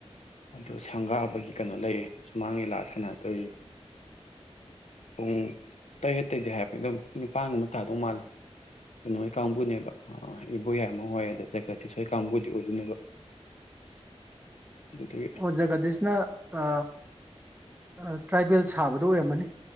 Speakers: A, on the left (about 80°); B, on the right (about 15°).
A: ꯑꯗꯨ ꯁꯪꯒꯥꯕꯒꯤ ꯀꯩꯅꯣ ꯂꯩꯌꯦ ꯁꯨꯃꯥꯡ ꯂꯤꯂꯥ ꯁꯥꯟꯅꯗꯣꯔꯤ ꯄꯨꯡ ꯇꯩꯔ ꯇꯩꯗꯦ ꯍꯥꯏꯗꯤ ꯗꯨꯝ ꯅꯤꯄꯥꯟ ꯒꯨꯝꯕ ꯇꯥꯗꯧ ꯃꯥꯜꯂꯦ ꯀꯩꯅꯣ ꯍꯣꯏ ꯀꯥꯡꯕꯨꯅꯦꯕ ꯏꯕꯨꯣꯌꯥꯏꯝꯃ ꯍꫭꯏ ꯑꯗꯒꯤ ꯖꯒꯠꯗꯤꯁ ꯍꫭꯏ ꯀꯥꯡꯕꯨꯗꯤ ꯑꯣꯏꯗꯣꯏꯅꯦꯕ ꯑꯗꯨꯗꯨꯒꯤ
B: ꯑꯣ ꯖꯒꯗꯤꯁꯅ ꯑ ꯑ ꯇ꯭ꯔꯥꯏꯕꯦꯜ ꯁꯥꯕꯗꯨ ꯑꯣꯏꯔꯝꯃꯅꯤ